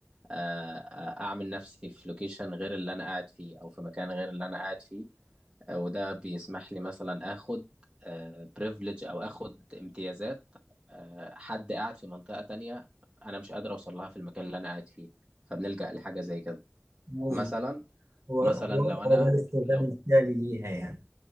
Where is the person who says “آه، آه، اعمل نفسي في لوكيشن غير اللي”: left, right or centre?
Right